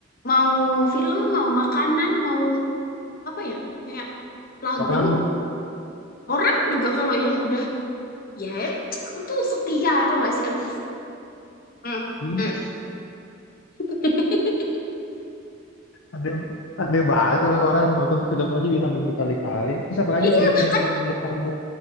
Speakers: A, on the left; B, on the left.
A: Mau film, mau makanan, mau apa ya? Kayak lagu.
B: Orang
A: Orang juga kalau yang udah, ya aku tuh setia atau gak sih? Aduh. Mm,
B: ini
A: mm. <laughs>
B: ada ada banget orang-orang nonton film aja bisa sampai berkali-kali. Terus apalagi
A: Iya,
B: film
A: bahkan
B: yang menurut kamu